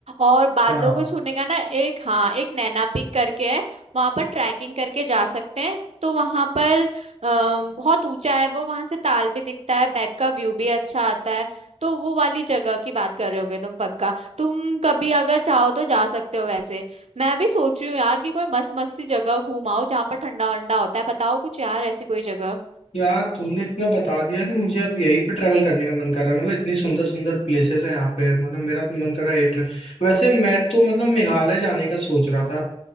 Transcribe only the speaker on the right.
और बादलों
को छूने का ना एक हाँ एक नैना पिक करके है वहां पर ट्रैकिंग करके जा सकते हैं तो वहां पर अम, बहुत ऊंचा है वो वहां से ताल भी दिखता है बैक का व्यू भी अच्छा आता है तो वो वाली जगह की बात कर रहे होगे तुम पक्का तुम कभी अगर चाहो तो जा सकते हो वैसे मैं भी सोच रही हूँ यार कि कोई मस्त मस्त सी जगह घूम आओ जहाँ पर ठंडा वंडा होता है बताओ कुछ यार ऐसी कोई जगह